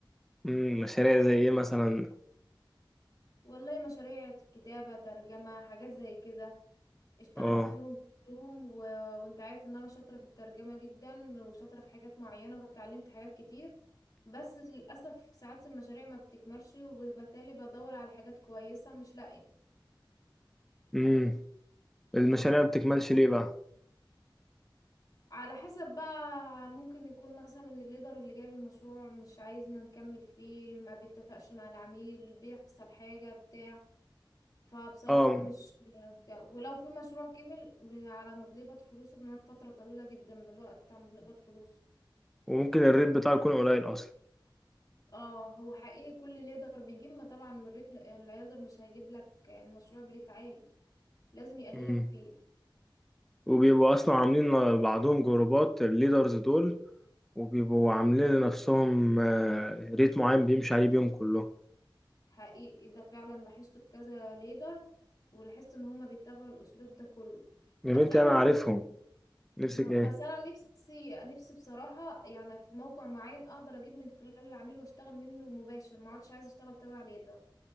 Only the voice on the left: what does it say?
والله مشاريع كتابة ترجمة حاجات زي كده اشتغلت
فيهم كلهم و... وانت عارف ان انا شاطرة في الترجمة جدا وشاطرة في حاجات معينة وتعلمت حاجات كتير بس للأسف ساعات المشاريع ما بتكملش وبالتالي بدور على حاجات كويسة مش لاقية
على حسب بقى ممكن يكون مثلا الليدر اللي جايب المشروع مش عايزنا نكمل فيه ما بيتفقش مع العميل بيحصل حاجة بتاع فبصراحة
مش ولو في مشروع كمل ب- على ما بنقبض فلوسه بنقعد فترة طويلة جدا من الوقت على ما بنقبض فلوسه
اه هو حقيقي كل ليدر بيجيب ما طبعا من الريتم الليدر مش هيجيب لك المشروع بريت عالي لازم يقللك
فيه
حقيقي ده فعلا لاحظته في كذا ليدر ولاحظت ان هما بيتبعوا الاسلوب ده كله
بس
انا
نفسي
ما-
بس انا نفسي نفسي بصراحة يعني في موقع معين اقدر اجيب من خلاله العميل واشتغل منه مباشر ما عادش عايزة اشتغل تبع ليدر